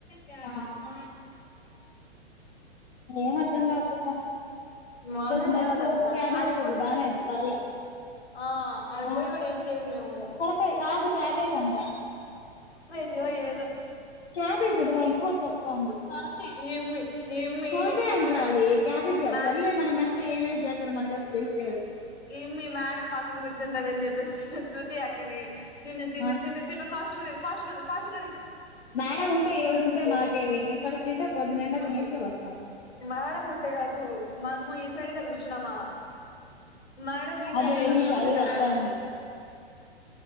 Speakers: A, on the left; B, on the left.
A: హ్మ్మ్
B: ఆ ఏం అర్ధం కావట్లేదు రా నాకు
A: మగడు
B: ఈరోజు మెస్
A: ఏవద
B: లో క్యాబేజ్
A: ఆడికి
B: పప్పు
A: పోయి
B: బానే ఉంది పర్లే
A: ఆ ఆడికి
B: ఆ
A: పోయి కూడా ఏం చేయము మేము
B: సొరకాయ కాదు క్యాబేజ్ అంట.
A: ఏ ఏదో
B: క్యాబేజీ ఎందుకు మాయ్ కూర చేస్ <unintelligible> సొరకాయ్
A: ఇమ్మి ఇమ్మి
B: సొరకాయ అంటరా అది క్యాబేజ్గా
A: మేడం
B: సర్లీ మరి మస్ ఏమేసి చేస్తారు మనకి అసలు తెలుసు
A: ఈ అమ్మి మేడం పక్కన కూర్చుంటదని చెప్ శు శృతి అక్కని తిను తిను
B: ఆ
A: తిను తిను ఫాస్ట్ గా తిను ఫాస్ట్ గా తిను ఫాస్ట్ గా
B: మేడం ఉంటే ఏవరు ఉంటే మాకేవి మేము కడుపు నిండా బొజ్జనిండా తినేసి వస్తాం
A: మేడం ఉంటే కాదు మేము ఈ సైడ్ కది కూర్చున్నామా మేడం ఈ
B: అదే
A: సైడ్ కదా వచ్చి కూర్చుంటదా
B: చెప్తాంది.